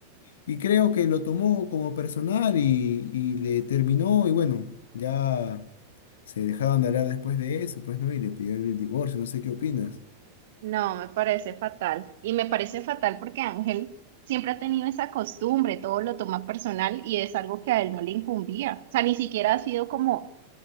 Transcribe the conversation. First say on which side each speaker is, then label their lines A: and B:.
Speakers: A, on the left; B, on the right.
A: y creo que lo tomó como personal y, y le terminó y bueno, ya se dejaban de hablar después de eso, pues no, y le pidió el divorcio, no sé qué opinas.
B: No, me parece fatal. Y me parece fatal porque Ángel siempre ha tenido esa costumbre, todo lo toma personal y es algo que a él no le incumbía. O sea, ni siquiera ha sido como